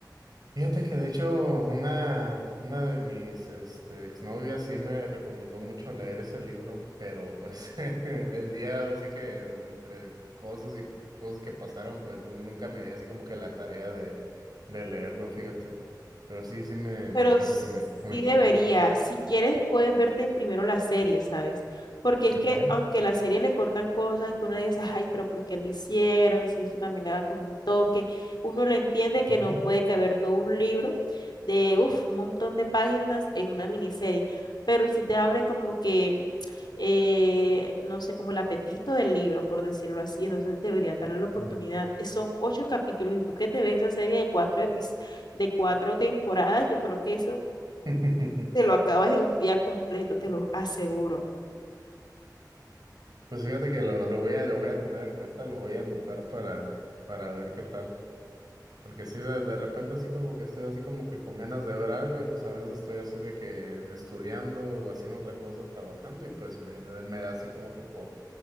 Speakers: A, on the right; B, on the left.
A: Fíjate que de hecho una, una de mis este, exnovias sí me recomendó mucho leer ese libro, pero pues <laughs> el día ahora sí que entre cosas y cosas que pasaron, pues nu- nunca me di así como que la tarea de, de leerlo, fíjate. Pero sí, sí me, me
B: Pero
A: acuerdo
B: sí
A: que me comentó
B: debería.
A: mucho.
B: Si quieres, puedes verte primero la serie, ¿sabes? Porque es
A: okay
B: que aunque la serie le cortan cosas que uno dice, ay, pero ¿por qué lo hicieron? Si esto también le da como un toque, uno lo entiende que
A: Ujú,
B: no puede caber todo un libro de, uf, un montón de páginas en una miniserie, pero sí te abre como que, eh, no sé, como el apetito del libro, por decirlo así, entonces debería darle la oportunidad.
A: ujú.
B: Son ocho capítulos y tú que te ves esa serie de cuatro episodios de cuatro temporadas, yo creo que eso
A: <laughs>
B: te lo acabas en un día completo, te lo aseguro.
A: Pues fíjate que lo, lo voy a, lo voy a tener en cuenta, lo voy a anotar para, para ver qué tal. Porque sí, de, de repente así como que estoy así como que con ganas de ver algo y pues a veces estoy así de que estudiando o haciendo otra cosa, trabajando y pues me, me da así como que por,